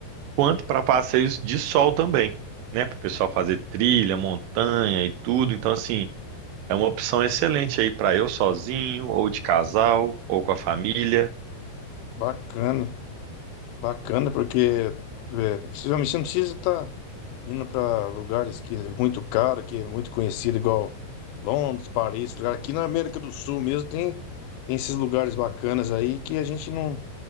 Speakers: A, on the right; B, on the left.
A: quanto para passeios de sol também, né? Para o pessoal fazer trilha, montanha e tudo. Então, assim. É uma opção excelente aí para eu sozinho, ou de casal, ou com a família.
B: bacana. Bacana, porque é, possivelmente você não precisa estar indo para lugares que é muito caro, que é muito conhecido, igual Londres, Paris, lugar. Aqui na América do Sul mesmo tem, tem esses lugares bacanas aí que a gente não